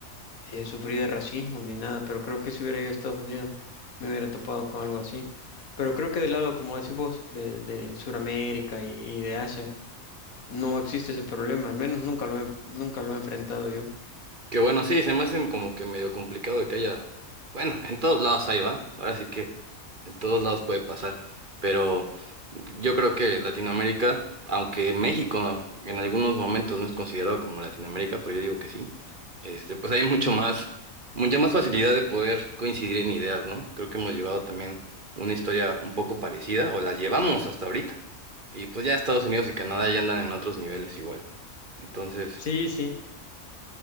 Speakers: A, on the left; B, on the right.
A: eh, sufrí de racismo ni nada, pero creo que si hubiera ido a Estados Unidos me hubiera topado con algo así. Pero creo que del lado, como decís vos, de, de Sudamérica y, y de Asia, no existe ese problema, al menos nunca lo he, nunca lo he enfrentado yo.
B: Que bueno, sí, se me hace como que medio complicado de que haya. Bueno, en todos lados hay, va. Ahora sí que en todos lados puede pasar. Pero yo creo que Latinoamérica, aunque México en algunos momentos no es considerado como Latinoamérica, pero yo digo que sí. Este, pues hay mucho
A: Ujú.
B: más, mucha más facilidad de poder coincidir en ideas, ¿no? Creo que hemos llevado también una historia un poco parecida, o la llevamos hasta ahorita. Y pues ya Estados Unidos y Canadá ya andan en otros niveles igual. Entonces,
A: Sí, sí.